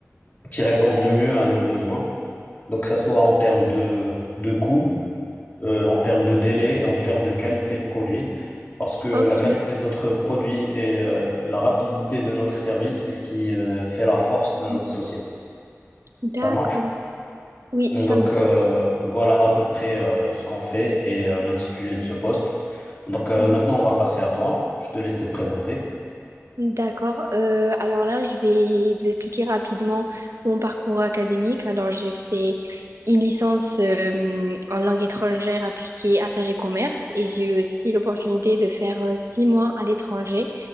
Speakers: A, on the left (about 35°); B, on the right (about 80°).
A: qui répondent le mieux à nos besoins. Donc, que ça soit en termes de, de coût, euh, en termes de délai et en termes de qualité de produit. Parce que la
B: Ok.
A: qualité de notre produit et euh, la rapidité de notre service, c'est ce qui euh, fait la force de notre
B: Mhm.
A: société.
B: D'accord,
A: Ça marche?
B: d'accord. Oui,
A: Donc,
B: ça
A: euh, voilà à peu près euh, ce qu'on fait et euh, l'intitulé de ce poste. Donc, euh,
B: marche.
A: maintenant, on va passer à toi. Je te laisse te présenter.
B: D'accord. Euh, alors là, je vais vous expliquer rapidement mon parcours académique. Alors, j'ai fait une licence euh, en langue étrangère appliquée affaires et commerce et j'ai eu aussi l'opportunité de faire euh, six mois à l'étranger